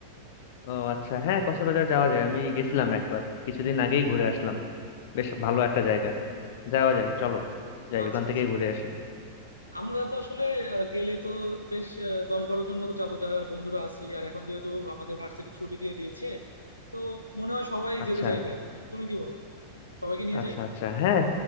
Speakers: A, on the left (about 50°); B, on the left (about 85°).
A: ও আচ্ছা হ্যাঁ কক্সবাজার যাওয়া যায় আমি গেছিলাম একবার কিছুদিন আগেই ঘুরে আসলাম বেশ ভালো একটা জায়গা যাওয়া যায় চলো যাই
B: আচ্ছা
A: ওখান থেকেই
B: আচ্ছা
A: ঘুরে আসি
B: আমরা তো আসলে আহ, গেলে তো বেশ আহ, দশ বারো জন মতো যাবো যারা বন্ধুরা আছি আর এখন যেহেতু আমাদের ভার্সিটি ছুটি দিয়ে দিয়েছে তো মনে হয় সবাই
A: আচ্ছা
B: যেতে চাইবে আর কি তুমি কি বলো সবাইকে নিয়ে
A: আচ্ছা
B: যাই
A: আচ্ছা হ্যাঁ